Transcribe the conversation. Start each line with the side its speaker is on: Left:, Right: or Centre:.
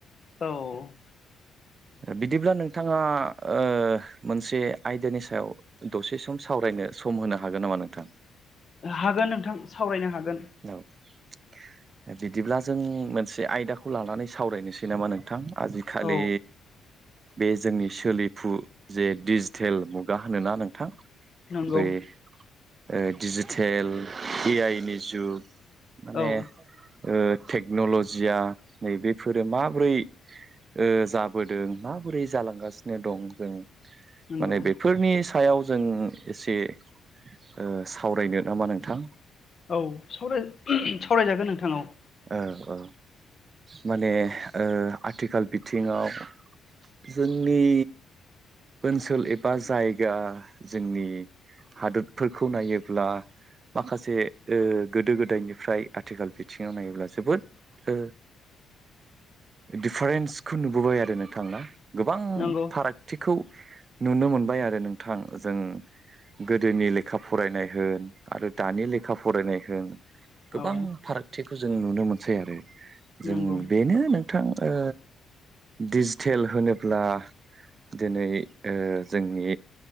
Left: औ
Right: बिदिब्ला नोंथाङा ओ मोनसे आयदानि सायाव दसे सम सावरायनो सम होनो हागोन नामा नोंथां?
Left: हागोन नोंथां सावरायनो हागोन।
Right: औ बिदिब्ला जों मोनसे आयदाखौ लानानै सावरायनोसै नामा नोंथां। आजिखालि
Left: औ
Right: बे जोंनि सोलिफु जे डिजिटेल मुगा होनोना नोंथां
Left: नंगौ
Right: बै ओ डिजिटेल ए आइ नि जुग माने
Left: औ
Right: ओ टेक्न'ल'जिया नैबेफोरो माबोरै ओ जाबोदों माबोरै जालांगासिनो दं जों
Left: नंगौ
Right: माने बेफोरनि सायाव जों एसे ओ सावरायनो नामा नोंथां
Left: औ सावराय सावरायजागोन नोंथां औ।
Right: औ औ। माने ओ आथिखाल बिथिङाव जोंनि ओनसोल एबा जायगा जोंनि हादोरफोरखौ नायोब्ला माखासे ओ गोदो गोदायनिफ्राय आथिखाल बिथिं नायोब्ला जोबोद ओ दिफारेन्सखौ नुबोबाय आरो नोंथां ना गोबां
Left: नंगौ
Right: फारागथिखौ नुनो मोनबाय आरो नोंथां जों गोदोनि लेखा फरायनाय होन आरो दानि लेखा फरायनाय होन गोबां
Left: औ
Right: फारागथिखौ जों नुनो मोनसै आरो जों
Left: नंगौ
Right: बेनो नों थां ओ दिजिटेल होनोब्ला दिनै ओ जोंनि